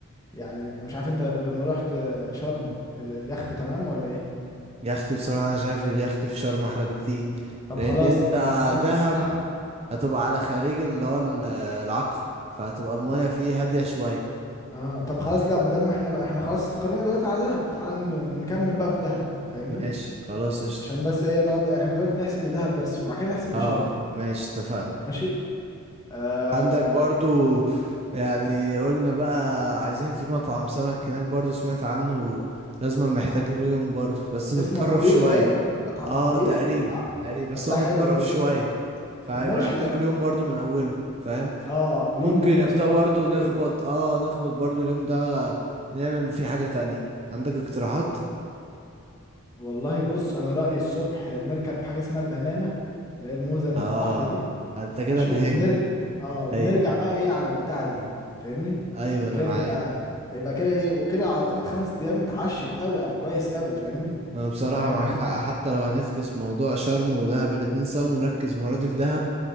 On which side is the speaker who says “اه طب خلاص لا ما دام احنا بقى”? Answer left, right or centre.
Left